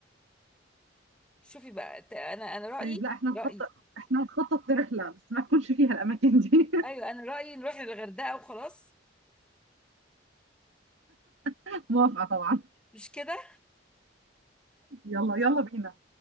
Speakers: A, in the centre; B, on the right (about 85°).
A: شوفي بقى ت- أنا أنا رأيي
B: طيب لا احنا نخطط
A: رأيي
B: احنا نخطط لرحلة بس ما تكونش فيها الاماكن دي
A: أيوه أنا رأيي نروح للغردقة وخلاص
B: <laughs> موافقة طبعا
A: مش كده
B: يلا يلا بينا